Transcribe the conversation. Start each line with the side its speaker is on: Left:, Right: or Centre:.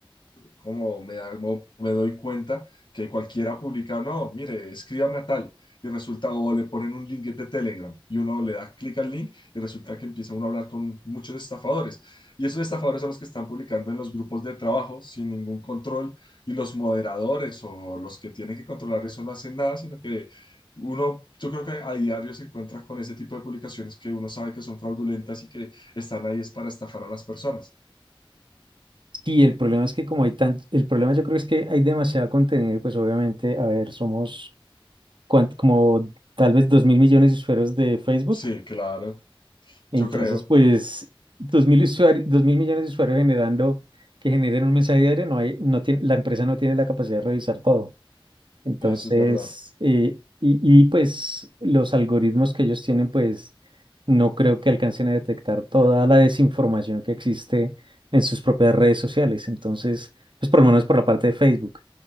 Left: como me, da- mo- me doy cuenta que cualquiera publica, no, mire, escríbame a tal, y resulta, o le ponen un link de Telegram, y uno le da clic al link, y resulta que empieza uno a hablar con muchos estafadores. Y esos estafadores son los que están publicando en los grupos de trabajo sin ningún control, y los moderadores o los que tienen que controlar eso no hacen nada, sino que uno, yo creo que a diario se encuentra con ese tipo de publicaciones que uno sabe que son fraudulentas y que están ahí es para estafar a las personas.
Right: Sí, el problema es que como hay tanto, el problema yo creo es que hay demasiado contenido y pues obviamente, a ver, somos cuan- como tal vez dos mil millones de usuarios de Facebook,
Left: Sí, claro,
Right: entonces
Left: yo creo.
Right: pues dos mil usuarios, dos mil millones de usuarios generando, que generen un mensaje diario, no hay, no tiene, la empresa no tiene la capacidad de revisar todo. Entonces,
Left: Eso es verdad.
Right: eh, y, y, pues los algoritmos que ellos tienen, pues no creo que alcancen a detectar toda la desinformación que existe en sus propias redes sociales. Entonces, pues por lo menos por la parte de Facebook.